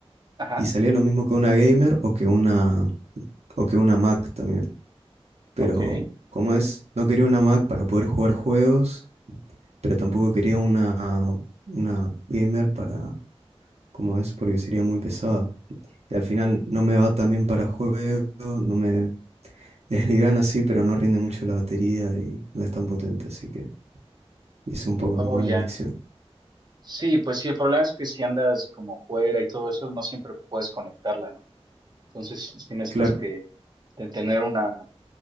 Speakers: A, on the right (about 40°); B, on the right (about 80°).
A: Ajá,
B: Y salía lo mismo que una gamer o que una, o que una Mac también. Pero,
A: ok.
B: como es? No quería una Mac para poder jugar juegos, pero tampoco quería una, una gamer para, como es? Porque sería muy pesada. Y al final no me va tan bien para juegos, no me... <laughs> Es liviana así, pero no rinde mucho la batería y no es tan potente, así que hice un poco
A: Oh,
B: mala
A: ya.
B: elección.
A: Sí, pues sí, el problema es que si andas como fuera y todo eso, no siempre puedes conectarla, ¿no? Entonces, si necesitas
B: Claro.
A: que de tener una,